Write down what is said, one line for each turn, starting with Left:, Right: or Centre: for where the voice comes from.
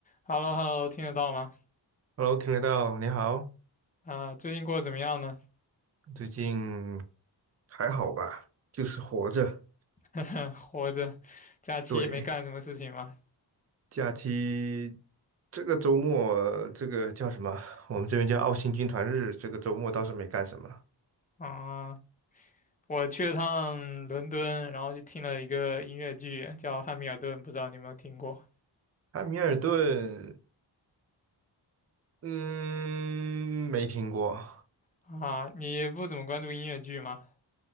Left: h e l l o h e l l o 听得到吗？
Right: Hello，听得到，你好，
Left: 啊，最近过得怎么样呢？
Right: 最近还好吧？就是活着。
Left: <laughs> 活着，假期没干什么事情吗？
Right: 对，假期这个周末，这个叫什么？我们这边叫澳新军团日。这个周末倒是没干什么。
Left: 啊，我去了趟伦敦，然后就听了一个音乐剧，叫《汉密尔顿》，不知道你有没有听过？
Right: 汉密尔顿，嗯，没听过。
Left: 啊，你不怎么关注音乐剧吗？